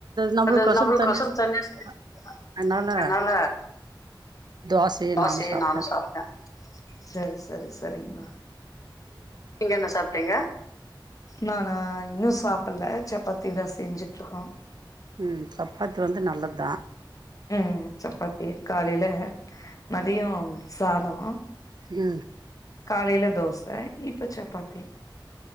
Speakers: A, on the right (about 60°); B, on the left (about 45°).
A: நம்மளுக்கொசர
B: அது நம்மளுக்கு
A: தனியா
B: <unintelligible>
A: செஞ்சுருக்காங்க அதனால
B: அன்னால
A: தோசையு
B: தோசையே
A: சாப்ட்டே
B: நானு சாப்ட்ட சரி சரி சரிங்மா நீங்க என்ன சாப்ட்டீங்க நானா இன்னு சாப்பிட்ல சப்பாத்தி தா செஞ்சுட்டு இருக்கோ
A: ம் சப்பாத்தி வந்து நல்லத்தா
B: ம் சப்பாத்தி காலைல மதியம் சாதோ
A: ம்
B: காலைல தோச இப்ப சப்பாத்தி